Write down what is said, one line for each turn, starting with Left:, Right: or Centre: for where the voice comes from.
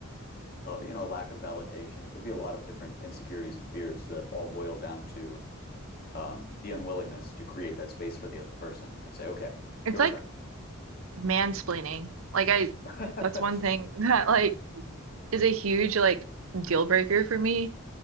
Left: uh, you know, a lack of validation. It could be a lot of different insecurities and fears that all boil down to um, the unwillingness to create that space for the other person and say, okay,
Right: It's
Left: your
Right: like
Left: turn.
Right: mansplaining. Like I,
Left: <laughs>
Right: that's one thing <laughs> that like is a huge like deal breaker for me.